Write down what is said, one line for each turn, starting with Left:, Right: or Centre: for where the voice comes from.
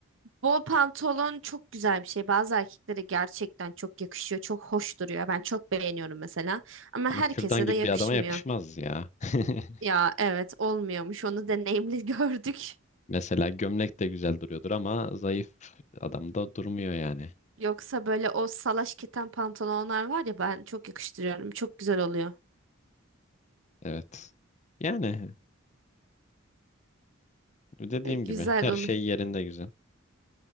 Right: bol pantolon çok güzel bir şey. Bazı erkeklere gerçekten çok yakışıyor. Çok hoş duruyor. Ben çok beğeniyorum mesela. Ama
Left: Ama
Right: herkese
Left: kürdan gibi
Right: de yakışmıyor.
Left: bir adama yakışmaz ya. <laughs>
Right: Ya evet olmuyormuş. Onu deneyimli <laughs> gördük.
Left: Mesela gömlek de güzel duruyordur ama zayıf adamda durmuyor yani.
Right: Yoksa böyle o salaş keten pantolonlar var ya ben çok yakıştırıyorum. Çok güzel oluyor.
Left: Evet. Yani dediğim
Right: <laughs> Güzel
Left: gibi her
Right: oluyor.
Left: şey yerinde güzel.